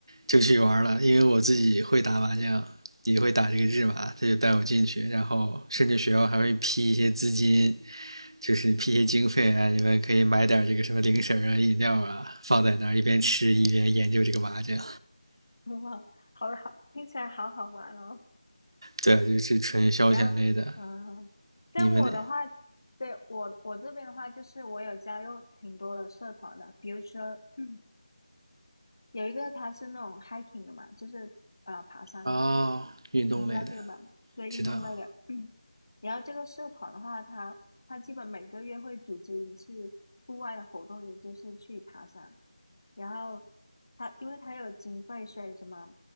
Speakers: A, on the right (about 55°); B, on the left (about 45°).
A: 就去玩了，因为我自己会打麻将，也会打这个日麻，他就带我进去，然后甚至学校还会批一些资金，就是批一些经费啊，你们可以买点这个什么零食啊、饮料啊，放在那儿一边吃一边研究这个麻将。
B: <laughs> 哇，好好，听起来好好玩哦。
A: 对啊，就是纯消遣类的。
B: 然后，嗯、像我的话，
A: 你们那
B: 对，我我这边的话，就是我有加入挺多的社团的，比如说 <clears throat> 有一个他是那种 hiking 的嘛，就是呃爬山的，
A: 哦，运动类的，
B: 你知道这个吧？对，
A: 知道。
B: 运动类的。<clears throat> 然后这个社团的话，他他基本每个月会组织一次户外的活动，也就是去爬山。然后他因为他有经费，所以什么